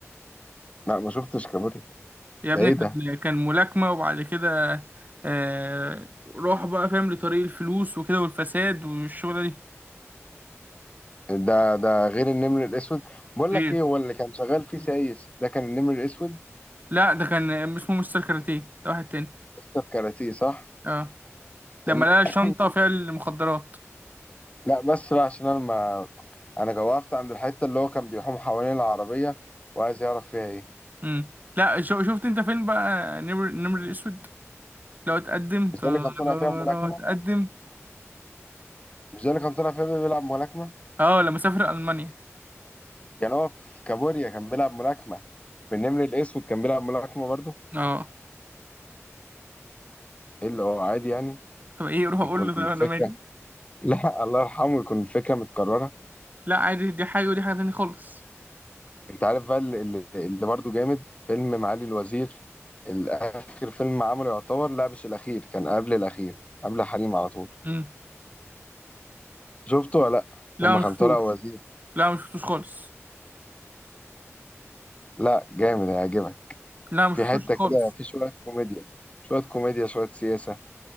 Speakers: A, on the left; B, on the right.
A: لا ما شفتش كابوريا
B: يا ابني
A: ده ايه ده
B: كان كان ملاكمة وبعد كده آه روح بقى فاهم لطريق الفلوس وكده والفساد والشغلة دي
A: ده ده غير النمر الاسود بقول
B: غير
A: لك ايه هو اللي كان شغال فيه سايس ده كان النمر الاسود
B: لا ده كان اسمه مستر كاراتيه ده واحد تاني
A: مستر كاراتيه صح
B: اه
A: تم...
B: لما لقى
A: <coughs>
B: شنطة فيها المخدرات
A: لا بس بقى عشان انا ما انا وقفت عند الحته اللي هو كان بيحوم حوالين العربيه وعايز يعرف فيها ايه
B: امم لا شو شفت انت فين بقى نمر نمر الاسود لو اتقدم
A: مش ده اللي كان طالع
B: لو
A: فيها ملاكمه
B: اتقدم
A: مش ده اللي كان طالع فيها بيلعب ملاكمة
B: اه لما سافر المانيا
A: يعني هو في في كابوريا كان بيلعب ملاكمة في النمر الأسود كان بيلعب ملاكمة برضه
B: اه
A: ايه اللي هو عادي يعني
B: طب ايه روح اقول
A: يكون
B: له طب
A: الفكرة
B: انا مالي
A: <laughs> لا الله يرحمه يكون الفكرة متكررة
B: لا عادي دي حاجة ودي حاجة تانية خالص
A: انت عارف بقى اللي, اللي اللي برضه جامد فيلم معالي الوزير الآخر فيلم عمله يعتبر لا مش الأخير كان قبل الأخير قبل حريم على طول
B: امم
A: شفته ولا لا
B: لا
A: لما كان
B: مشفتوش
A: طالع وزير
B: لا مشفتوش خالص
A: لا جامد هيعجبك
B: لا مشفتوش
A: في حتة
B: خالص
A: كده في شوية كوميديا شوية كوميديا شوية سياسة